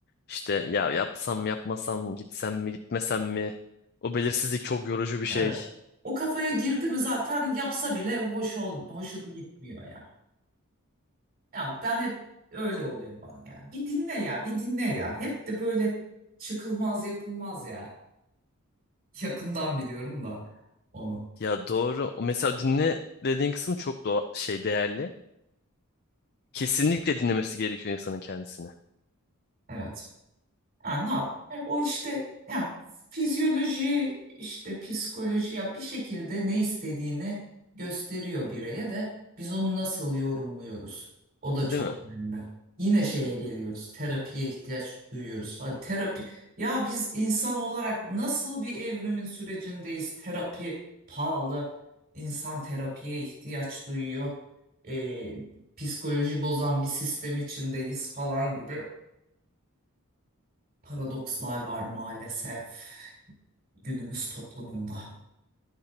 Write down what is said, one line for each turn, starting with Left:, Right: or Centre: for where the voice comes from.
Left: İşte ya yapsam mı, yapmasam mı, gitsem mi gitmesem mi? O belirsizlik çok yorucu bir şey.
Right: Evet. O kafaya girdi mi zaten yapsa bile hoş ol, hoşuna gitmiyor ya. Ya ben hep öyle oluyor bana yani. Bir dinle ya, bir dinle ya. Hep de böyle çıkılmaz yapılmaz yani. <laughs> Yakından biliyorum da onu.
Left: Ya doğru. O Mesela dinle dediğin kısım çok doğa şey değerli. Kesinlikle dinlemesi gerekiyor insanın kendisini.
Right: Evet. Yani ne yap? E, O işte yani fizyoloji işte psikoloji ya bir şekilde ne istediğini gösteriyor bireye de biz onu nasıl yorumluyoruz? O da
Left: Değil
Right: çok
Left: mi?
Right: önemli. Yine şeye geliyoruz. Terapiye ihtiyaç duyuyoruz falan. Terapi ya biz insan olarak nasıl bir evrimin sürecindeyiz? Terapi pahalı. İnsan terapiye ihtiyaç duyuyor. E, psikoloji bozan bir sistem içindeyiz falan gibi. Paradokslar var maalesef günümüz toplumunda.